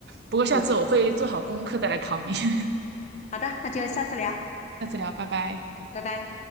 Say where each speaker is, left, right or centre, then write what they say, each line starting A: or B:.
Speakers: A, on the right (about 65°); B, on the left (about 40°).
A: 不过下次我会做好功课再来考你。
B: 对的，
A: <laughs>
B: 好的，那就下次聊，
A: 下次聊，拜拜。
B: 拜拜。